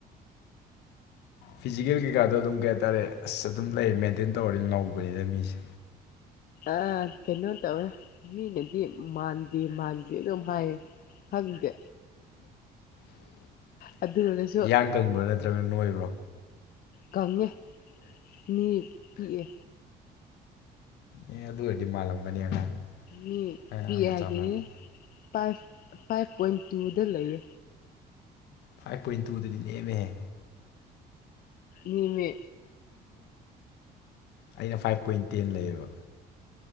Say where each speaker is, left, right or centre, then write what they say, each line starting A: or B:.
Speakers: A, on the left; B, on the left.
A: ꯐꯤꯖꯤꯀꯦꯜ ꯀꯩꯀꯥꯗꯣ ꯑꯗꯨꯝ ꯀꯩ ꯍꯥꯏꯇꯥꯔꯦ ꯑꯁ ꯑꯗꯨꯝ ꯂꯩ ꯃꯦꯟꯇꯦꯟ ꯇꯧꯔꯅꯤ ꯅꯧꯕꯅꯤꯅ ꯃꯤꯁꯦ
B: ꯑ ꯀꯩꯅꯣ ꯇꯧꯋꯦ ꯃꯤꯅꯗꯤ ꯃꯥꯟꯗꯦ ꯃꯥꯟꯗꯦ ꯑꯗꯨꯝ ꯍꯥꯏꯌꯦ ꯍꯦ
A: <inaudible>
B: ꯑꯗꯨꯅ ꯅꯪꯁꯨ
A: ꯀꯪꯕ꯭ꯔꯥ ꯅꯠꯇ꯭ꯔꯒ ꯅꯣꯏꯕ꯭ꯔꯣ
B: ꯀꯪꯉꯤ ꯃꯤ ꯄꯤꯛꯑꯦ
A: ꯑꯦ ꯑꯗꯨ ꯑꯣꯏꯔꯗꯤ ꯃꯥꯜꯂꯝꯒꯅꯤ ꯑꯉꯥꯡ
B: ꯃꯤ
A: ꯑꯉꯥꯡ
B: ꯄꯤ
A: ꯃꯆꯥ
B: ꯍꯥꯏꯗꯤ
A: ꯃꯥꯜꯂꯝ
B: ꯐꯥꯏꯚ ꯐꯥꯏꯚ ꯄꯣꯏꯟ ꯇꯨꯗ ꯂꯩꯌꯦ
A: ꯐꯥꯏꯚ ꯄꯣꯏꯟ ꯇꯨꯗꯨꯗꯤ ꯅ‌ꯦꯝꯃꯦꯍꯦ
B: ꯅ‌ꯦꯝꯃꯦ
A: ꯑꯩꯅ ꯐꯥꯏꯚ ꯄꯣꯏꯟ ꯇꯦꯟ ꯂꯩꯌꯦꯕ